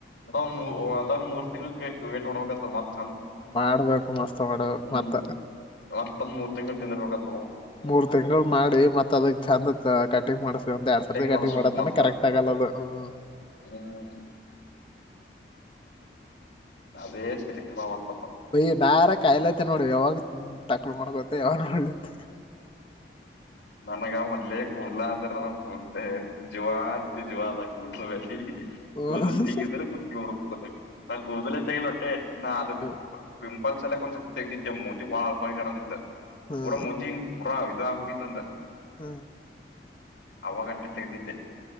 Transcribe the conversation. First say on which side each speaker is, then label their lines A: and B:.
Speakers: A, on the left (about 90°); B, on the left (about 30°).
A: ಅದ್ ಮೂರು ತಿಂಗಳ ವೇಟ್ ಮಾಡ್ಬೇಕ ಮತ್ತ
B: ಮಾಡ್ಬೇಕು ಮಸ್ತ್ ಹೊಡ
A: ಹ್ಮ್
B: ಮತ್ತ
A: ಮತ್ತೊಂದ್ ಮೂರ್ ತಿಂಗಳು ತಿಂದಿರ್ಬೇಕತ್
B: ಮೂರ್ ತಿಂಗಳು ಮಾಡಿ ಮತ್ತತ್ ಅದಕ್ ಚಂದತ್ ಕಟಿಂಗ್ ಮಾಡ್ಸ ಒಂದ ಎರಡ್ ಸಾವಿರದ ಕಟಿಂಗ್
A: ಮಾಡಸ್ಬೇಕ್
B: ಮಾಡತಾನೆ
A: ಮತ್ತ
B: ಕರೆಕ್ಟ್ ಆಗಲ್ಲದು ಹ್ಮ್
A: ಹ್ಮ್ ಅದೇ ತಲ್ಲಿಖರಾ ಆಗ್ತ
B: ಪಯಿ ನಾರ ಕಾಯಿಲತೆ ನೋಡ್ರಿ ಯಾವಾಗ ಹ್ಮ್ ತಕ್ಳು ಮಾಡ್ಕೋತ್ತ ಅವ್ರ ಮಾಡಲತ್ತ
A: ನನಗ ಮೊದ್ಲೇ ಕೂದ್ಲಾ ಅಂದ್ರ ನ ಕೂರ್ತೆ ಜುವ ಅಂತಿ ಜುವ ಅದ ಕೂದಲುಿ
B: ಹ್ಮ್
A: ಕೂುದು ತಿರು ಕುತಿಕ ನ ಕೂದಲ ತಲೊಟ್ಟೆ ನ ಅದು
B: <inaudible>
A: ಲ್ ಸಲಕ್ ಒಂದ್ ತೆಗಿದ್ದೆ ಮೋತಿ ಬಾಳ ಅಪಾಯಿಾಣದಿತ್
B: ಹ್ಮ್
A: ಪುರ ಮೋತಿಿ ಪುರ ಇದ ಹೋಗಿ ನಂದ
B: ಹ್ಮ
A: ಅವಾಗಟ್ಟೆ ತೆೆಗೆದಿದ್ದೆ